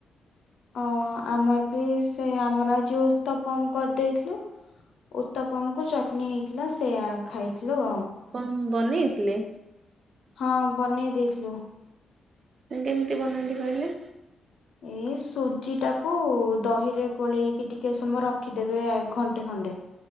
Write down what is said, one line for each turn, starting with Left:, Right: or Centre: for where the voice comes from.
Left: ଅ ଆମର ବି ସେ ଆମର ଯୋଉ ଉତ୍ତପମ କରିଦେଇଥିଲୁ ଉତ୍ତପମ କୁ ଚଟଣି ହେଇଥିଲା ସେୟା ଖାଇ ହଲୋ ଆଉ।
Right: ହଁ ବନେଇଥିଲେ?
Left: ହଁ ବନେଇ ଦେଇଥିଲୁ।
Right: କେମିତି ବନାନ୍ତି କହିଲେ?
Left: ଏଇ ସୁଜି ଟାକୁ ଦହିରେ ଗୋଳେଇକି ଟିକେ ସମୟ ରଖିଦେବେ ଘଣ୍ଟେ ଖଣ୍ଟେ